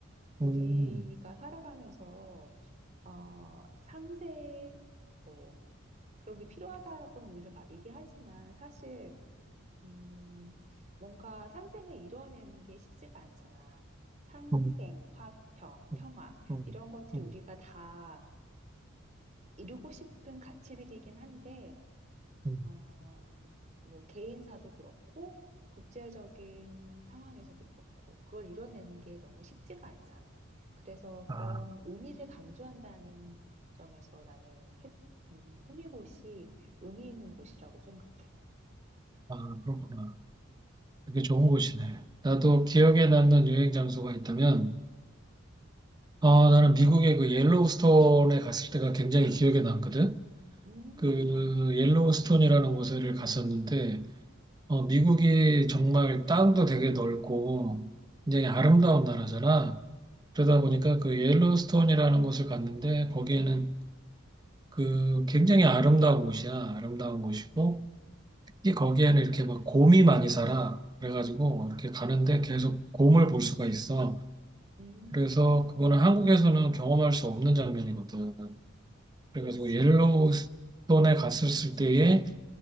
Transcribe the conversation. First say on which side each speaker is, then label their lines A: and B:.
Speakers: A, on the right (about 35°); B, on the right (about 20°).
A: 우리가
B: 음,
A: 살아가면서 어, 상생, 뭐, 그런 게 필요하다라고는 늘 막 얘기하지만 사실, 음, 뭔가 상생을 이뤄내는 게 쉽지가 않잖아. 상생,
B: 음,
A: 화평, 평화,
B: 음, 음,
A: 이런 것들이
B: 음.
A: 우리가 다 이루고 싶은 가치들이긴 한데,
B: 음.
A: 어, 뭐 개인사도 그렇고 국제적인 상황에서도 그렇고 그걸 이뤄내는 게 너무 쉽지가 않잖아. 그래서
B: 아,
A: 그런 의미를 강조한다는 점에서 나는 해, 음, 호미곶이 의미 있는 곳이라고 생각해.
B: 아, 그렇구나. 되게 좋은 곳이네. 나도 기억에 남는 여행 장소가 있다면, 아, 나는 미국의 그 옐로우스톤에 갔을 때가 굉장히 기억에 남거든.
A: 음,
B: 그 옐로우스톤이라는 곳을 갔었는데, 어, 미국이 정말 땅도 되게 넓고 굉장히 아름다운 나라잖아. 그러다
A: 음,
B: 보니까 그 옐로우스톤이라는 곳을 갔는데 거기에는 그 굉장히 아름다운 곳이야. 아름다운 곳이고 특히 거기에는 이렇게 막 곰이 많이 살아. 그래가지고 이렇게 가는데 계속 곰을 볼 수가 있어.
A: 음,
B: 그래서 그거는 한국에서는 경험할 수 없는 장면이거든. 그래가지고
A: 그렇지.
B: 옐로우스톤에 갔을 때의